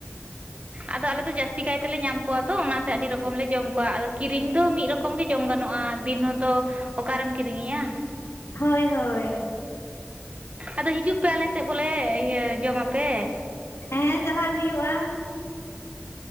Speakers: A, on the right (about 30°); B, on the left (about 80°).
A: ᱟᱫᱚ ᱟᱞᱮ ᱫᱚ ᱡᱟᱥᱛᱤ ᱠᱟᱭ ᱛᱮᱞᱮ ᱧᱟᱢ ᱠᱚᱣᱟ ᱛᱚ ᱚᱱᱟ᱾ ᱟᱹᱰᱤ ᱨᱚᱠᱚᱢ ᱞᱮ ᱡᱚᱢ ᱠᱚᱣᱟ ᱟᱫᱚ ᱠᱤᱨᱤᱧ ᱫᱚ ᱢᱤᱫ ᱨᱚᱠᱚᱢ ᱜᱮ ᱡᱚᱢ ᱜᱟᱱᱚᱜᱼᱟ ᱫᱤᱱ ᱦᱚᱸᱛᱳ᱾ ᱚᱠᱟᱨᱮᱢ ᱠᱤᱨᱤᱧᱮᱭᱟ᱾
B: ᱦᱳᱭ ᱻᱦᱳᱭ
A: ᱟᱫᱚ ᱦᱤᱡᱩᱜ ᱯᱮ ᱟᱞᱮ ᱥᱮᱫ ᱵᱚᱞᱮ ᱤᱭᱟᱹ ᱡᱚᱢ ᱟᱯᱮ᱾
B: ᱦᱮᱸ ᱪᱟᱞᱟᱜ ᱦᱩᱭᱩᱜᱼᱟ᱾